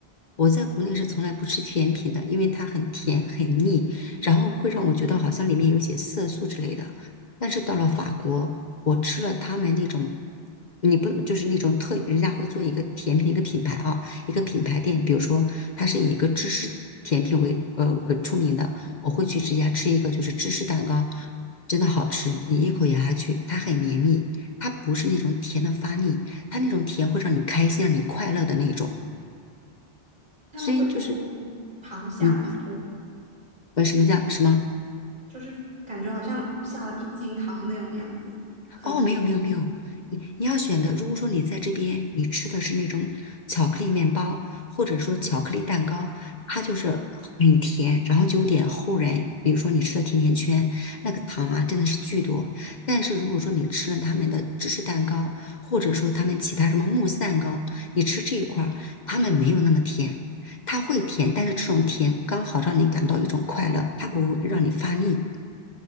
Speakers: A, on the left; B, on the right.
A: 我在国内是从来不吃甜品的，因为它很甜很腻，然后会让我觉得好像里面有些色素之类的。
B: 嗯。嗯
A: 但是到了法国，我吃了他们那种，你不就是那种特，人家会做一个甜品的一个品牌啊，一个品牌店，比如说它是以一个芝士甜品为呃呃出名的，我会去直接吃一个就是芝士蛋糕，真的好吃，你一口咬下去，它很绵密，它不是那种甜的发腻，它那种甜会让你开心，让你快乐的那种。
B: 他们会不会
A: 所以就是
B: 糖下很多？
A: 嗯，呃，什么叫什么？
B: 就是感觉好像下了一斤糖那种样子，很甜很甜。
A: 哦，没有没有没有，你你要选的，如果说你在这边你吃的是那种巧克力面包，或者说巧克力蛋糕，它就是很甜，然后就有点齁人。比如说你吃的甜甜圈，那个糖啊真的是巨多。但是如果说你吃了他们的芝士蛋糕，或者说他们其他什么慕斯蛋糕，你吃这一块儿，他们没有那么甜。它会甜，但是这种甜刚好让你感到一种快乐，它不会让你发腻。